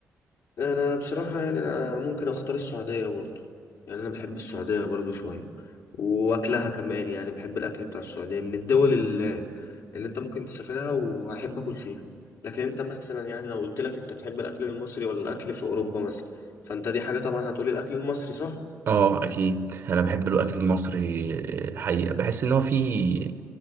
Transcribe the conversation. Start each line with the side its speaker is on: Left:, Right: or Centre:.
Left: انا بصراحه يعني انا ممكن اختار السعوديه برضو يعني انا بحب السعوديه برضو شويه واكلها كمان يعني بحب الاكل بتاع السعوديه من الدول اللي, اللي انت ممكن تسافرها وهحب اكل فيها لكن انت مثلا يعني لو قلت لك انت تحب الاكل المصري ولا الاكل في اوروبا مثلا فانت دي حاجه طبعا هتقولي الاكل المصري صح
Right: آه أكيد أنا بحب الأكل المصري آه، الحقيقة بحس إن هو فيه